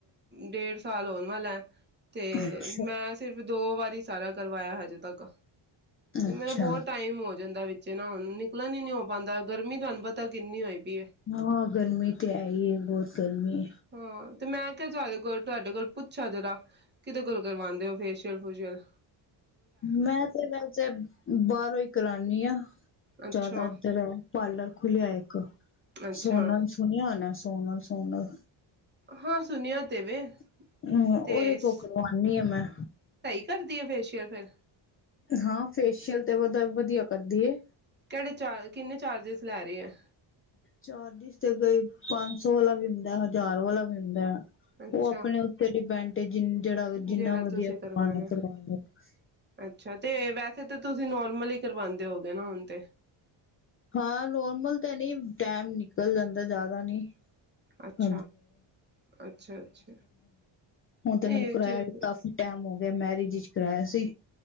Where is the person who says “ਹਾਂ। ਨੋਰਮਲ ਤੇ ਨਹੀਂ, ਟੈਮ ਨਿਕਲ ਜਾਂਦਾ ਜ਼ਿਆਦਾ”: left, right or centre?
Left